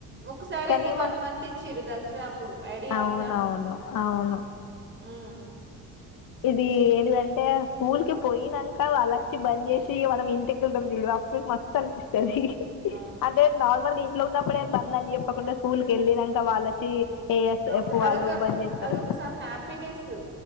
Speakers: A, on the right; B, on the left.
A: ఒకసారి
B: కానీ
A: అయితే వన్
B: మన
A: మంత్ ఇచ్చిర్రు దసరా అప్పుడు ఐడియా
B: అవునవును
A: ఉందా
B: అవును
A: ఉమ్
B: ఇది ఏంటిదంటే స్కూల్ కి పోయినాంక వాళ్ళొచ్చి బంద్ చేసి మనం ఇంటికి వెళ్తాం చూడు అప్పుకి మస్త్ అనిపిస్తుంది
A: అవును
B: అంటే నార్మల్గా ఇంట్లో ఉన్నప్పుడే బంద్ అన్ని చెప్పకుండా స్కూల్ కి వెళ్ళినాంక వాళ్ళొచ్చి ఏఎస్ఎఫ్
A: అప్పుడు అదొక
B: వాళ్ళు బంద్ చేస్తారు
A: అదొక స హ్యాపీనెస్